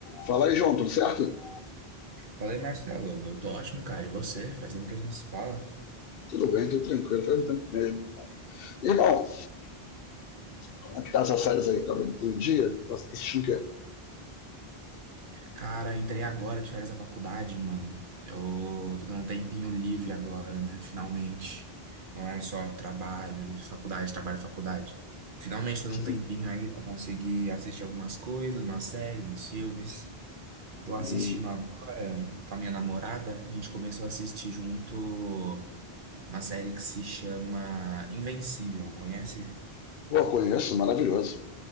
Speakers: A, on the left (about 65°); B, on the right (about 55°).
A: Fala aí, João, tudo certo?
B: Falei, Marcelo, eu tô ótimo, cara. E você? Faz tempo que a gente não se fala.
A: Tudo bem, tudo tranquilo, faz um tempo mesmo. Irmão, como é que tá essas séries aí? Tá vendo todo dia? Tá tá assistindo o quê?
B: Cara, eu entrei agora de férias da faculdade, mano. Eu tô tendo um tempinho livre agora, né? Finalmente. Não era só trabalho, e faculdade, trabalho, e faculdade. Finalmente tô
A: Sim.
B: dando um tempinho aí pra conseguir assistir algumas coisas, umas séries, uns filmes. Tô assistindo
A: Hum.
B: agora com a minha namorada. A gente começou a assistir junto uma série que se chama Invencível, conhece?
A: Pô, conheço, maravilhoso.